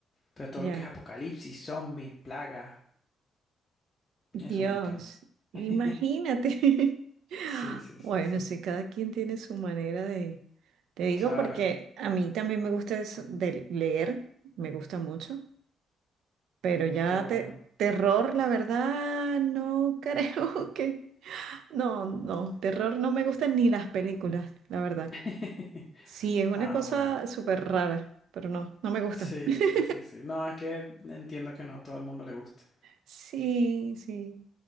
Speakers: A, on the left (about 15°); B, on the right (about 85°).
A: Pero todo
B: ya,
A: lo que es apocalipsis, zombies, plagas,
B: Dios,
A: eso me encanta.
B: imagínate.
A: <laughs>
B: <laughs>
A: Sí, sí,
B: Bueno,
A: sí, sí.
B: sí, cada quien tiene su manera de... Te digo
A: Claro,
B: porque a mí también me gusta eso de leer, me gusta mucho, pero ya
A: qué bueno.
B: te- terror, la verdad, no creo <laughs> que... No, no, terror no me gustan ni las películas, la verdad.
A: <laughs>
B: Sí, es una
A: Ah,
B: cosa
A: bueno.
B: súper rara, pero no, no me gusta.
A: Sí,
B: <laughs>
A: sí, sí, sí. No, es que entiendo que no a todo el mundo le guste.
B: Sí, sí.